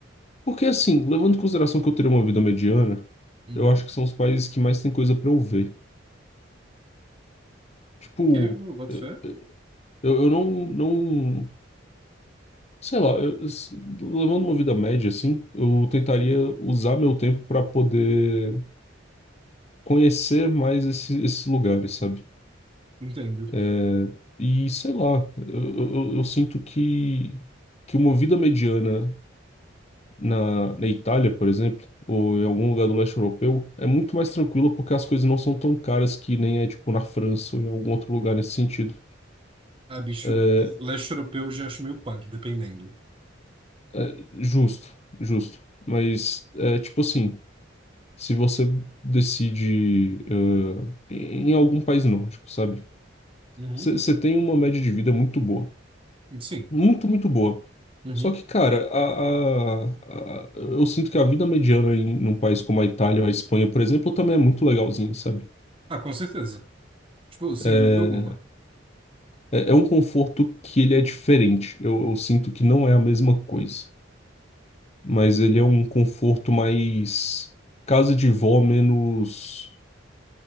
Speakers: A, on the left; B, on the right.
A: Porque assim, levando em consideração que eu teria uma vida mediana,
B: Uhum.
A: eu acho que são os países que mais tem coisa pra eu ver. Tipo,
B: Ok, eu boto
A: eh,
B: fé.
A: eh, eu, eu não, não, sei lá, eu- s- levando uma vida média assim, eu tentaria usar meu tempo pra poder conhecer mais esse- esses lugares, sabe?
B: Entendo.
A: É, e sei lá, eu, eu, eu sinto que que uma vida mediana na, na Itália, por exemplo, ou em algum lugar do leste europeu, é muito mais tranquilo porque as coisas não são tão caras que nem é tipo na França ou em algum outro lugar nesse sentido.
B: Ah, bicho,
A: É,
B: leste europeu eu já acho meio punk, dependendo.
A: é justo, justo. Mas é tipo assim, se você decide é, em algum país nórdico, sabe?
B: Uhum.
A: Você tem uma média de vida muito boa.
B: Sim.
A: Muito, muito boa.
B: Uhum.
A: Só que, cara, a, a- a- eu sinto que a vida mediana em um país como a Itália ou a Espanha, por exemplo, também é muito legalzinha, sabe?
B: Ah, com certeza. Tipo, sem
A: É,
B: dúvida alguma.
A: é é um conforto que ele é diferente. Eu, eu sinto que não é a mesma coisa, mas ele é um conforto mais casa de vó, menos.